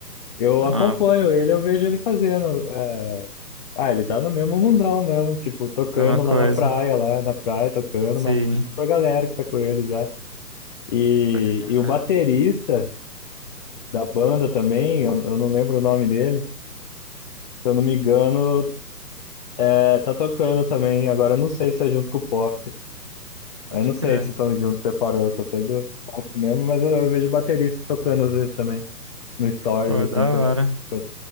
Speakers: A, on the left; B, on the right.
A: Eu
B: Ah,
A: acompanho ele, eu vejo ele fazendo. é. Ah, ele tá no mesmo mundão mesmo, tipo, tocando
B: mesma coisa.
A: lá na praia, lá na praia tocando,
B: Sim,
A: mas a galera que tá com ele já. E,
B: pode crer,
A: e o baterista da banda também, eu, eu não lembro o nome dele, se eu não me engano, é, tá tocando também. Agora eu não sei se é junto com o Poft.
B: pode
A: Eu não
B: crer.
A: sei se estão juntos, separou, só sei do Poft mesmo, mas eu, eu vejo baterista tocando às vezes também. no Stories,
B: Pô,
A: assim,
B: da hora.
A: que eu, que eu